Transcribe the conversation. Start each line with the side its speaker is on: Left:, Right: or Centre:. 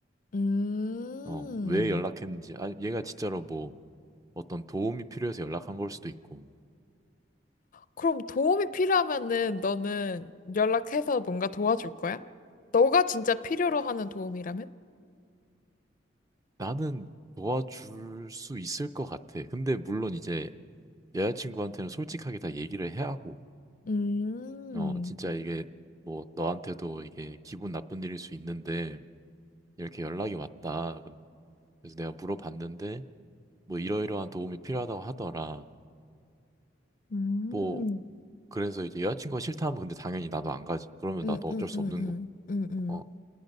Left: 음.
Right: 어, 왜 연락했는지. 아, 얘가 진짜로 뭐 어떤 도움이 필요해서 연락한 걸 수도 있고.
Left: 그럼 도움이 필요하면은 너는 연락해서 뭔가 도와줄 거야? 너가 진짜 필요로 하는 도움이라면?
Right: 나는 도와줄 수 있을 것 같아. 근데 물론 이제 여자친구한테는 솔직하게 다 얘기를 해야 하고,
Left: 음,
Right: 어, 진짜 이게 뭐 너한테도 이게 기분 나쁜 일일 수 있는데 이렇게 연락이 왔다. 그래서 내가 물어봤는데 뭐 이러이러한 도움이 필요하다고 하더라.
Left: 음,
Right: 뭐 그래서 이제 여자친구가 싫다 하면 근데 당연히 나도 안 가지. 그러면
Left: 음,
Right: 나도
Left: 음,
Right: 어쩔 수
Left: 음,
Right: 없는 거고.
Left: 음, 음,
Right: 어.